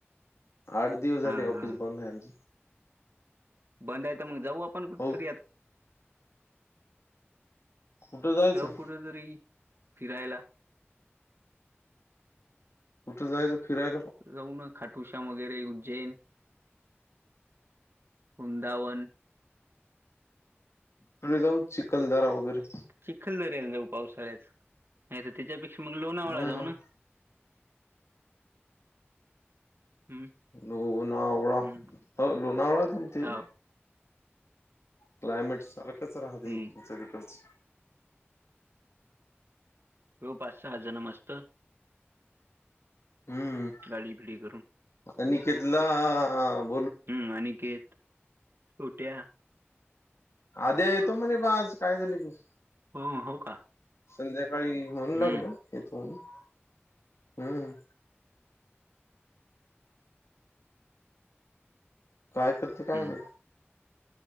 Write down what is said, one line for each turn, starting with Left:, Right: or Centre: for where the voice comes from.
Left: आठ दिवस झाले
Right: हा
Left: ऑफिस
Right: हा
Left: बंद आहे आमची
Right: बंद आहे तर मग जाऊ आपण कुठेतरी
Left: हो कुठं जायचं
Right: जाऊ कुठेतरी फिरायला
Left: कुठं जायचं फिरायला
Right: जाऊन खाटुशा वगैरे उज्जैन वृंदावन
Left: पुढडे जाऊ चिखलदराा वगैरे
Right: चिखल दर्याला जाऊ पावसाळ्यात नाही तर त्याच्यापेक्षा मग लोणावाळा
Left: हम्म
Right: जाऊ ना हम्म
Left: लोणावळा
Right: हम्म
Left: हो लोणावळा तुमची
Right: हा
Left: क्लायमेट सारखंच राहतच्या
Right: हम्म
Left: तिकडच
Right: होऊ पाच सहा जन मस्त.
Left: हम्म.
Right: गाडी इकडे करून
Left: आणि केतला आ आ आ आ म.
Right: हम्म आणिकेत गोट्या.
Left: अदे तु मनी बाज काय झा क
Right: हो हो का
Left: संध्याकाळी म्हणू
Right: हम्म
Left: लागलं इथ हम्म काय करते कायम
Right: हम्म